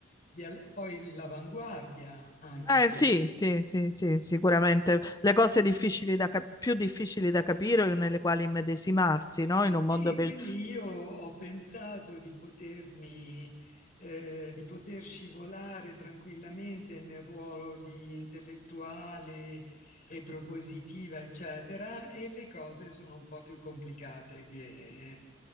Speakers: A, on the left; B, on the left.
A: di al- poi l'avanguardia anche
B: Eh,
A: quello.
B: sì, sì, sì, sì, sicuramente. Le cose difficili da cap- più difficili da capire o nelle quali immedesimarsi, no? In un mondo
A: Sì, Anche
B: che
A: quindi se... io ho pensato di potermi, eh, di poter scivolare tranquillamente nel ruolo di intellettuale e propositiva, eccetera, e le cose sono un po' più complicate che-